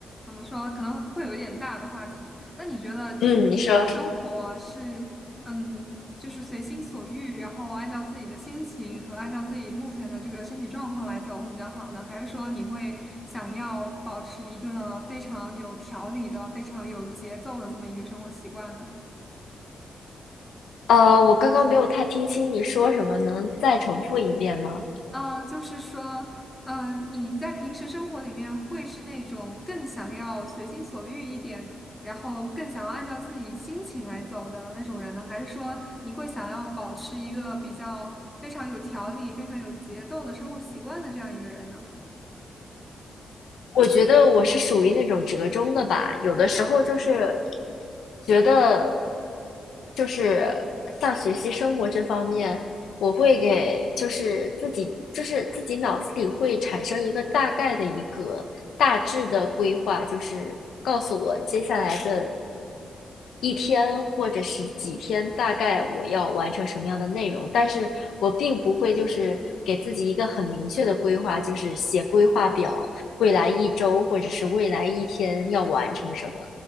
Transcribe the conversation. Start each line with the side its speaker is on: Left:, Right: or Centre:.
Centre: 怎么说，可能会有一点大的话题。那你觉得，就是你的生活是，
Left: 嗯，你说。
Centre: 嗯，就是随心所欲，然后按照自己的心情和按照自己目前的这个身体状况来走会比较好呢？还是说你会想要保持一个非常有条理的、非常有节奏的这么一个生活习惯呢？
Left: 呃，我刚刚没有太听清你说什么，能再重复一遍吗？
Centre: 嗯，就是说，嗯，你在平时生活里面会是那种更想要随心所欲一点，然后更想要按照自己心情来走的那种人呢？还是说你会想要保持一个比较非常有条理、非常有节奏的生活习惯的这样一个人呢？
Left: 我觉得我是属于那种折中的吧，有的时候就是觉得，就是像学习生活这方面，我会给就是自己就是自己脑子里会产生一个大概的一个大致的规划，就是告诉我接下来的一天或者是几天，大概我要完成什么样的内容，但是我并不会就是给自己一个很明确的规划，就是写规划表，未来一周或者是未来一天要完成什么，